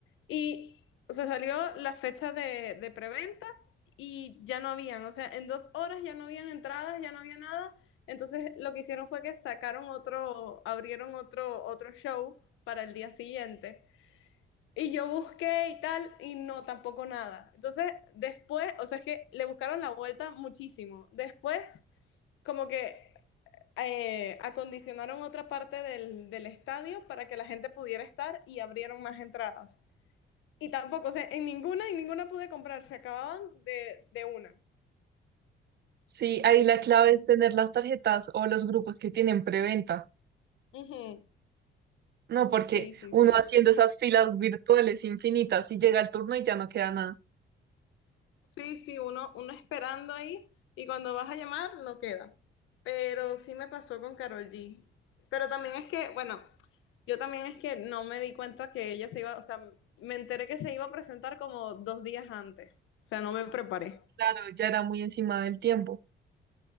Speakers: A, on the left; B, on the right.
A: y, o sea, salió la fecha de, de preventa y ya no habían, o sea, en dos horas ya no habían entradas, ya no había nada. Entonces lo que hicieron fue que sacaron otro, abrieron otro, otro show para el día siguiente Y yo busqué y tal, y no, tampoco nada. Entonces, después, o sea, es que le buscaron la vuelta muchísimo. Después, como que eh, acondicionaron otra parte del, del, estadio para que la gente pudiera estar y abrieron más entradas. Y tampoco, o sea, en ninguna, en ninguna pude comprar, se acababan de, de una.
B: Sí, ahí la clave es tener las tarjetas o los grupos que tienen preventa.
A: Ujú.
B: No, porque
A: Sí, sí,
B: uno
A: sí.
B: haciendo esas filas virtuales infinitas y llega el turno y ya no queda nada.
A: Sí, sí, uno, uno esperando ahí y cuando vas a llamar no queda. Pero sí me pasó con Carol G. Pero también es que, bueno, yo también es que no me di cuenta que ella se iba, o sea, me enteré que se iba a presentar como dos días antes. O sea, no me preparé.
B: Claro, ya era muy encima del tiempo.